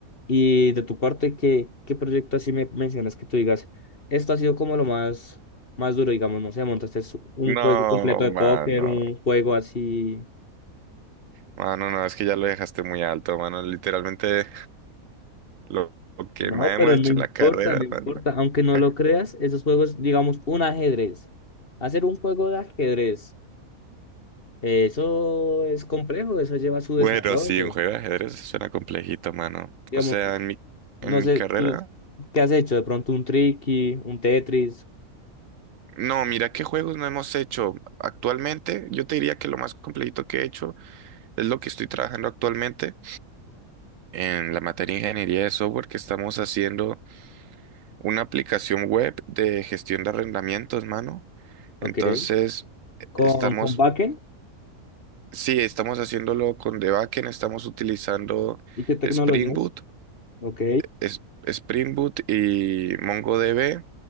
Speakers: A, on the left; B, on the right.
A: Y de tu parte, ¿qué, qué proyecto así me mencionas que tú digas? Esto ha sido como lo más, más duro, digamos, no sé, montaste su- un
B: No,
A: juego completo de
B: mano.
A: póker, un juego así.
B: Mano, no, no, es que ya lo dejaste muy alto, mano. Literalmente lo, lo que
A: No,
B: más
A: pero
B: hemos dicho
A: no importa,
B: en la carrera,
A: no importa.
B: mano.
A: Aunque
B: <laughs>
A: no lo creas, esos juegos, digamos, un ajedrez. Hacer un juego de ajedrez. Eh, Eso es complejo, eso lleva su desarrollo.
B: Bueno, sí, un juego de ajedrez suena complejito, mano.
A: Digamos,
B: O sea, en mi,
A: no
B: en mi
A: sé,
B: carrera.
A: tú qué has hecho, de pronto un Tricky, un Tetris,
B: No, mira qué juegos no hemos hecho. Actualmente, yo te diría que lo más complejito que he hecho es lo que estoy trabajando actualmente en la materia de ingeniería de software que estamos haciendo. una aplicación web de gestión de arrendamientos, mano.
A: ok,
B: Entonces, e-
A: con,
B: estamos,
A: con backend
B: sí, estamos haciéndolo con The Backend, estamos utilizando
A: y qué tecnologías,
B: Spring Boot,
A: ok,
B: es- Spring Boot y MongoDB,